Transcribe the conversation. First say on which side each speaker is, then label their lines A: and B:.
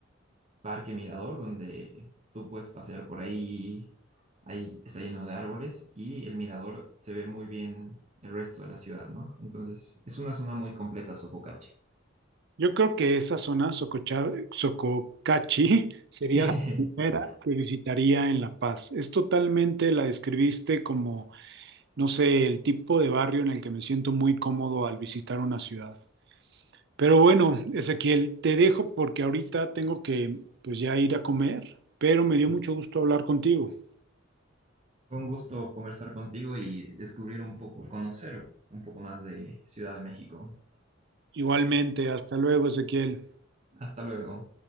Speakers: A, on the right (about 35°); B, on the right (about 60°).
A: parque mirador, donde tú puedes pasear por ahí, ahí está lleno de árboles y el mirador se ve muy bien el resto de la ciudad, ¿no? Entonces, es una zona muy completa, Sopocachi.
B: Yo creo que esa zona, Sococha- Sococachi, <laughs> sería
A: <laughs>
B: la primera que visitaría en La Paz. Es totalmente, la describiste como no sé, el tipo de barrio en el que me siento muy cómodo al visitar una ciudad. Pero bueno, Ezequiel, te dejo porque ahorita tengo que pues ya ir a comer, pero me dio mucho gusto hablar contigo.
A: Fue un gusto conversar contigo y descubrir un poco, conocer un poco más de Ciudad de México.
B: Igualmente, hasta luego, Ezequiel.
A: Hasta luego.